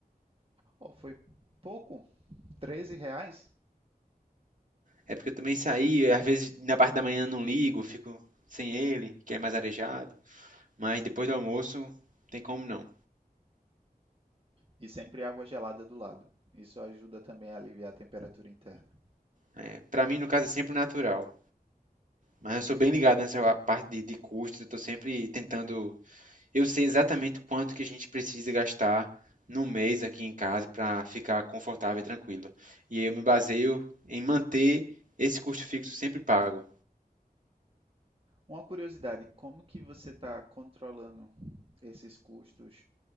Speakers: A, on the right (about 35°); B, on the right (about 55°).
A: Ó, foi pouco, 13 reais
B: É porque eu também saí, às vezes na parte da manhã não ligo, fico sem ele, que é mais arejado. Mas depois do almoço, tem como não.
A: e sempre água gelada do lado. Isso ajuda também a aliviar a temperatura interna.
B: É, pra mim, no caso, é sempre natural. Mas eu sou bem ligado nessa parte de, de custos, eu tô sempre tentando Eu sei exatamente quanto que a gente precisa gastar no mês aqui em casa para ficar confortável e tranquilo. E eu me baseio em manter esse custo fixo sempre pago.
A: Uma curiosidade, como que você está controlando esses custos